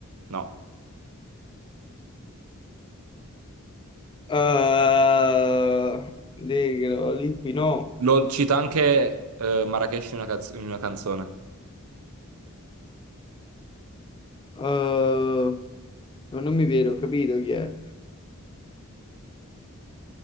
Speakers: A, on the right; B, on the left.
A: No.
B: Eh, Allegro, Lippi, no.
A: Lo cita anche eh, Marrakesh in una, caz- in una canzone.
B: Eh, non mi viene, ho capito chi è.